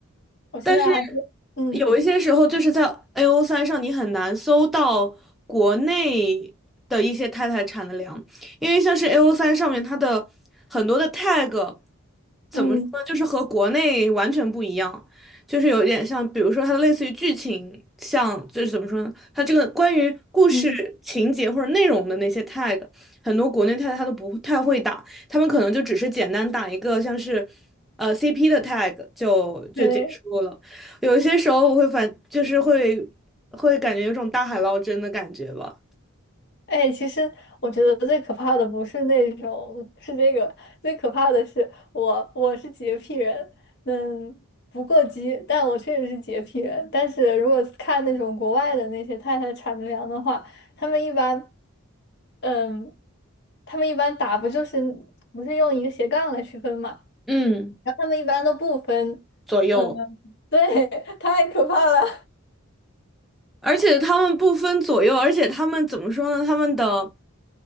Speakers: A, on the left; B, in the centre.
A: 我现在还是嗯
B: 但是有一些时候，就是在 AO 三上，你很难搜到国内的一些太太产的粮，因为像是 AO 三上面它的很多的 tag，怎么说呢，
A: 嗯
B: 就是和国内完全不一样，就是有点像，比如说它的类似于剧情，像就是怎么说呢，它这个关于故事情节或者内容的那些
A: 嗯，
B: tag，很多国内太太她都不太会打，他们可能就只是简单打一个像是，呃 CP 的 tag 就就结束了。
A: 对。
B: 有些时候我会反，就是会会感觉有种大海捞针的感觉吧，
A: 哎，其实我觉得最可怕的不是那种，是这个，最可怕的是我，我是洁癖人，嗯，不过激，但我确实是洁癖人。但是如果看那种国外的那些太太产着粮的话，他们一般，嗯，他们一般打不就是不是用一个斜杠来区分嘛，
B: 嗯，
A: 然后他们一般都不分，
B: 左右。
A: 嗯，对，<laughs> 太可怕了，
B: 而且他们不分左右，而且他们怎么说呢？他们的，